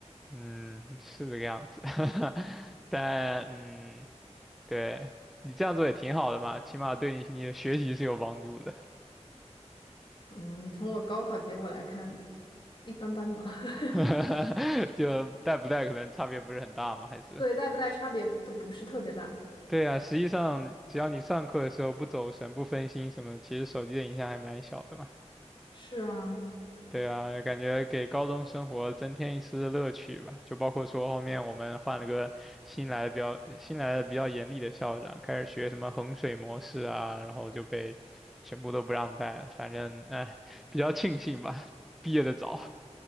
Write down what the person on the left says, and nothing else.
嗯，从我高考结果来看，一般般吧。<laughs>
对，带不带差别都不是特别大。
是啊，